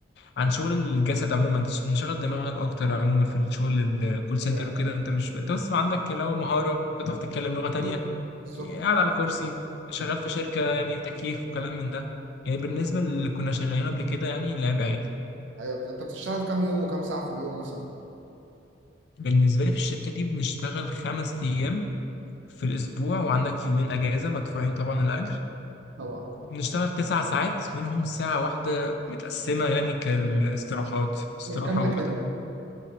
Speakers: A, on the left (about 55°); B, on the right (about 75°).
A: عن شغل الجسد عموما انت مش مشغل دماغك اكتر عموما في الشغل الكول سنتر
B: ايوه
A: وكده انت مش
B: ايوه.
A: انت بس عندك لو مهاره بتعرف تتكلم لغه تانية
B: بالظبط بالظبط.
A: قاعد على كرسي شغال في شركه يعني تكييف وكلام من ده يعني بالنسبه اللي كنا شغالين قبل كده يعني لعب عيال
B: ايوه بالظبط. انت بتشتغل كام يوم وكام ساعه في اليوم مثلا
A: بالنسبه لي في الشركه دي بنشتغل خمس ايام في الاسبوع وعندك يومين اجازه مدفوعين طبعا الاجر
B: طبعا
A: وبنشتغل تسع ساعات منهم ساعه واحده متقسمه يعني كالاستراحات استراحه
B: من كام لكام
A: واحده